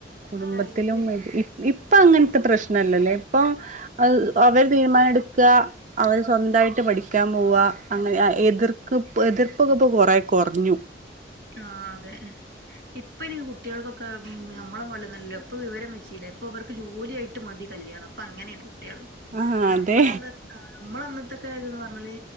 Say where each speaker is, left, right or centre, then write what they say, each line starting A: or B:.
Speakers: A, on the right (about 45°); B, on the right (about 70°).
A: കുടുംബത്തിലും
B: ആയിട്ട്
A: ഇപ്പൊ ങ്ങനത്തെ പ്രശ്നല്ലല്ലേ പ്പൊ അഹ് അവര് തീരുമാനം എടുക്ക അവർ സ്വന്തായിട്ട് പഠിക്കാൻ പോവ അങ്ങനെ എതിർ പ്പ് എതിർപ്പൊക്കെ പ്പൊ കൊറേ കൊറഞ്ഞു
B: ആഹ്‌ അതെ ഇപ്പ ഇനി കുട്ടികൾക്കൊക്കെ ഉം ഞമ്മളെ പോലെന്നല്ലല്ലോ ഇപ്പൊ വിവരം വെച്ചിലേ ഇപ്പൊവർക്ക്‌ ജോലിയായിട്ട് മതി കല്യാണം ഇപ്പങ്ങനെയാണ് കുട്ടിയള്
A: ആഹ്
B: നമ്മളന്ന്‌
A: അതെ
B: നമ്മളാന്നത്തൊക്കെന്നത് പറഞ്ഞാല്